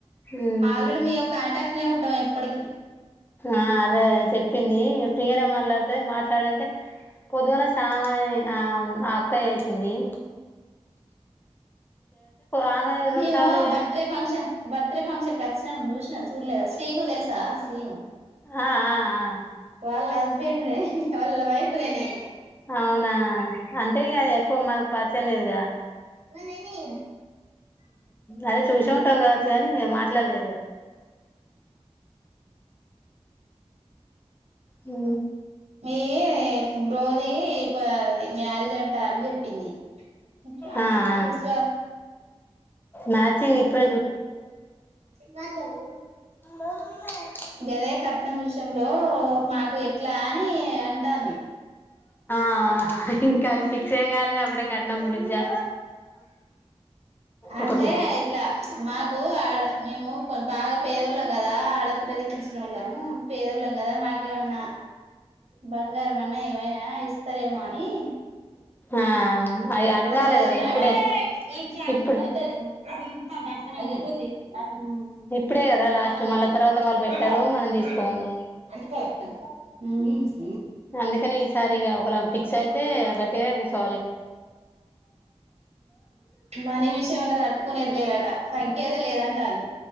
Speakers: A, on the left (about 20°); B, on the right (about 70°).
A: ఉమ్
B: ఆల్రెడీ మేము కాంటాక్ట్ లా ఉంటాం ఎప్పటికిీ
A: ఆ అదే చెప్పింది ఫీగానే మాట్లాడుతది మాట్లాడంటే పొదుగాల సామ ఎ ఆ అక్క ఏసింది ఆమె రెండు
B: మేము
A: సార్లు
B: బర్త్డే ఫంక్షన్ బర్త్డే ఫంక్షన్కి కచ్చినాం చూసినా చూడలేదా శ్రీను తెలుసా శ్రీను
A: ఆ ఆ ఆ
B: వాళ్ళ హస్బెండ్ నే వాళ్ళ వైఫ్ రే నీ
A: అవునా అంటే ఇగ ఎక్కువ మనకు పరిచయం లేదుగా
B: నేని
A: అదే చూసే ఉంటాంగ కాని ఇంగ మాట్లాడలేదు ఉ
B: మీ ఈ బ్రోది ఇ ప మ్యారేజ్ అన్ ట అని చెప్పింది క్యాబ్స్
A: ఆ ఆ
B: చూస్ వా
A: మ్యాచింగ్ ఇప్పుడే
B: నా తను
A: చూత్తాళ్ళు
B: గదే కట్నం విషయంలో మాకు ఎట్లా నీ అంటాంది
A: ఆ ఇంకా అది ఫిక్స్ ఏ కాలేదు అప్పుడే కట్నం గురించా
B: అంటే
A: ఒకటి
B: ఇట్లా మాకు ఆడ మేము బాగా పేదోళ్ళం కదా ఆడపిల్లల కి ఇచ్చినోళ్ళం పేదోళ్ళం కదా మాక్ ఏమన్నా బంగారమన్న ఏమైనా ఇస్తారేమో అన్ ఇ
A: ఆ అది అడగాలి
B: తల్లిదండ్రుల్
A: కదా ఇప్పుడే ఇప్పుడు
B: హు అది ఇరుగుద్ది హుమ్
A: ఇప్పుడే కదా లాస్ట్ మళ్ళా తర్వాత వాళ్ళు పెట్టరు
B: మ్మ్
A: మనం తీసుకోము అందుకని ఈసారి ఇగ ఒకలా ఫి క్స్ అయితే గట్టిగానే కూసో
B: మనీ విషయంలా ఉన్న తట్టుకునేది లే లేదట తగ్గేదే లేదంటా అన్ని